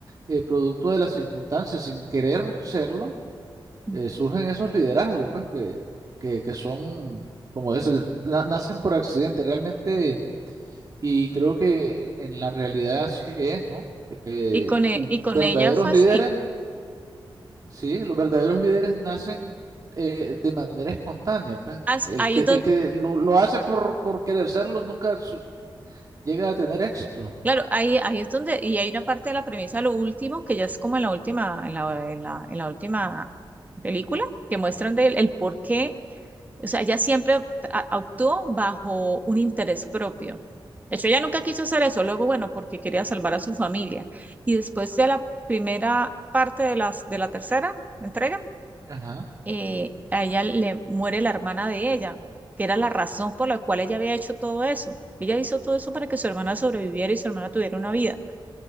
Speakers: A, on the right; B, on the right.
A: eh, producto de las circunstancias, sin querer serlo,
B: Mm.
A: eh, surgen esos liderazgos, pues, que, que, que son, como ese, nacen por accidente. Realmente Y creo que en la realidad así es, ¿no? Eh,
B: Y con, e-
A: los
B: y con
A: verdaderos
B: ella fue
A: líderes,
B: así.
A: sí, los verdaderos líderes nacen eh, de manera espontánea. Pues
B: Hasta
A: el
B: ahí
A: que,
B: es
A: el que lo, lo hace por, por querer serlo nunca su- llega a tener éxito.
B: Claro, ahí, ahí es donde, y hay una parte de la premisa, lo último, que ya es como en la última, en la, en la, en la última película, que muestran del el por qué, o sea, ella siempre a- actuó bajo un interés propio. De hecho, ella nunca quiso hacer eso, luego, bueno, porque quería salvar a su familia. Y después de la primera parte de las, de la tercera entrega,
A: Ajá.
B: eh, a ella le muere la hermana de ella, que era la razón por la cual ella había hecho todo eso. Ella hizo todo eso para que su hermana sobreviviera y su hermana tuviera una vida